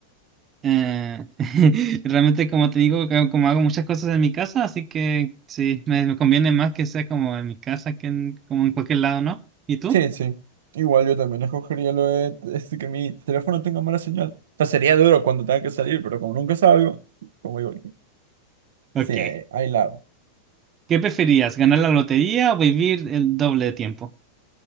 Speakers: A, on the right; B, on the right.
A: eh, <laughs> realmente como te digo, como como hago muchas cosas en mi casa, así que sí, me, me conviene más que sea como en mi casa que en- como en cualquier lado, ¿no? ¿Y tú?
B: Sí, sí. Igual yo también escogería lo de este, que mi teléfono tenga mala señal. O sea, sería duro cuando tenga que salir, pero como nunca salgo, como digo,
A: Ok.
B: sí, ahí, ahí la hago.
A: ¿Qué preferías, ganar la lotería o vivir el doble de tiempo?